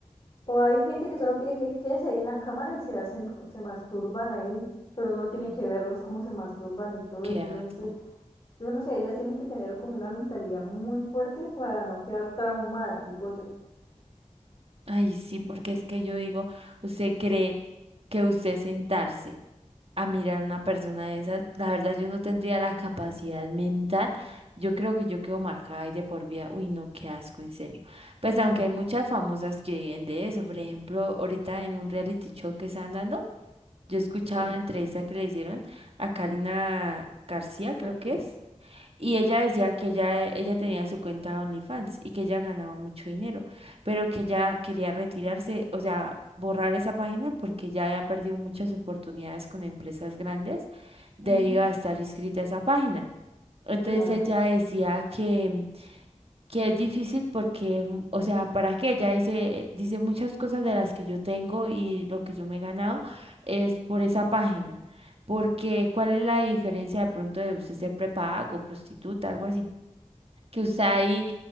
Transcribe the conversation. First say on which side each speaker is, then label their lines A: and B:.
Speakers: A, on the left; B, on the right.
A: o hay gente que solo pide que quedes ahí en la cámara y se hacen, co- se masturban ahí, pero uno tiene
B: Sí.
A: que verlos cómo se masturban y todo,
B: qué
A: y uno
B: asco.
A: dice, yo no sé, ellas tienen que tener como una mentalidad muy fuerte para no quedar traumada, digo yo.
B: Ay, sí,
A: Mm,
B: porque es que yo digo, usted cree que usted sentarse a mirar a una persona de esas, la verdad yo no tendría la capacidad mental, yo creo que yo quedo marcada y de por vida, uy, no, qué asco, en serio. Pues aunque
A: uy,
B: hay muchas famosas que viven de eso, por ejemplo, ahorita en un reality show que están dando, yo escuchaba
A: sí,
B: una entrevista que le hicieron a Karina García,
A: García.
B: creo que es. Y ella decía que ella, ella tenía su cuenta de OnlyFans y que ella ganaba mucho dinero, pero que ella quería retirarse, o sea, borrar esa página porque ya había perdido muchas oportunidades con empresas grandes debido
A: Ujú,
B: a estar inscrita a esa página. Entonces
A: claro.
B: ella decía que, mm, que es difícil porque, mm, o sea, ¿para qué? Ella dice, eh, dice muchas cosas de las que yo tengo y lo que yo me he ganado es por esa página. Porque, ¿cuál es la diferencia de pronto de usted ser prepago, prostituta, algo así? Que usted ahí